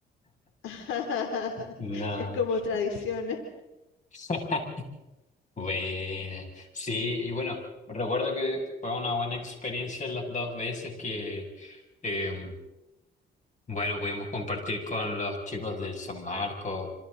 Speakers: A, on the left (about 80°); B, on the left (about 40°).
A: <laughs>
B: No.
A: Es como tradición.
B: <laughs> Bueno, sí, y bueno, recuerdo que fue una buena experiencia las dos veces que, eh, bueno, pudimos compartir con los chicos del San Marcos.